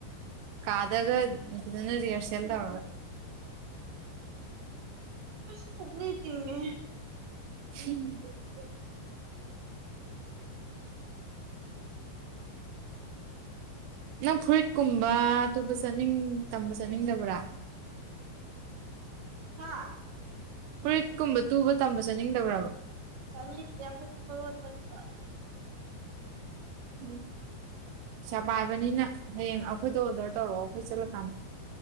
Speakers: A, on the right; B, on the right.
A: ꯀꯥꯗꯒ ꯐꯖꯅ ꯔꯤꯌꯔꯁꯩꯜ ꯇꯧꯔꯒ
B: ꯑꯁ ꯄꯨꯛꯂꯤ ꯇꯤꯡꯉꯦꯍꯦ
A: ꯎꯝ <inaudible> ꯅꯪ ꯐꯨꯔꯤꯠꯀꯨꯝꯕ ꯇꯨꯕ ꯆꯠꯅꯤꯡ ꯇꯝꯕ ꯆꯠꯅꯤꯡꯗꯕ꯭ꯔꯥ
B: ꯍꯥꯥ
A: ꯐꯨꯔꯤꯠꯀꯨꯝꯕ ꯇꯨꯕ ꯇꯝꯕ ꯆꯠꯅꯤꯡꯗꯕꯔꯕ
B: ꯆꯠꯅꯤꯡꯗꯦ ꯑꯩꯈꯣꯏꯗꯤ <unintelligible>
A: ꯎꯝ ꯄꯩꯁꯥ ꯄꯥꯏꯕꯅꯤꯅ ꯍꯌꯦꯡ ꯑꯩꯈꯣꯏꯗ ꯑꯣꯗꯔ ꯇꯧꯔꯛꯑꯣ ꯑꯩꯈꯣꯏ ꯆꯠꯂꯀꯥꯟꯗ